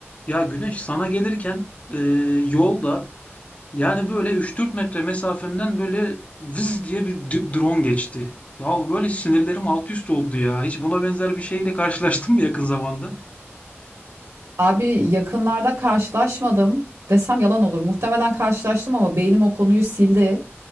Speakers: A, on the left; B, on the right.
A: Ya güneş sana gelirken e, yolda yani böyle üç dört metre mesafemden böyle vız diye bir d- drone geçti. Ya böyle sinirlerim alt üst oldu ya. Hiç buna benzer bir şeyle karşılaştın mı yakın zamanda?
B: Abi yakınlarda karşılaşmadım desem yalan olur. Muhtemelen karşılaştım ama beynim o konuyu sildi.